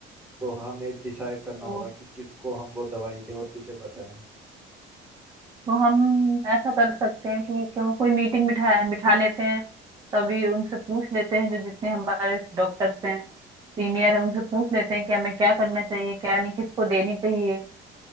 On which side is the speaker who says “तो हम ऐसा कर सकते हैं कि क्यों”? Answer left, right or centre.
Right